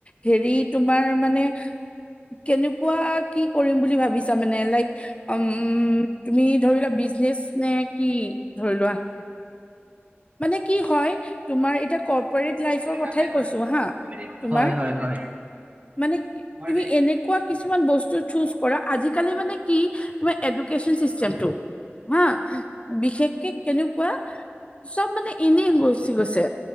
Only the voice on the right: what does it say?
কাপাই প
আমি।
হয় হয় হয়।
অ হয়।